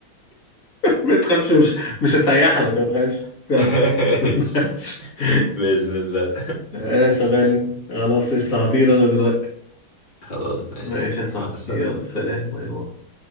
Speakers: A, on the left (about 40°); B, on the left (about 75°).
A: <laughs> ما تخافش مش مش هسيح لك ما تخافش
B: <laughs>
A: ما
B: ماشي.
A: تخافش <laughs>
B: بإذن الله
A: ماشي يا شغال انت. خلاص قشطة
B: ماشي
A: هطير انا دلوقتي
B: خلاص ماشي
A: ماشي يا صاحبي
B: مع السلامة
A: يلا سلام باي باي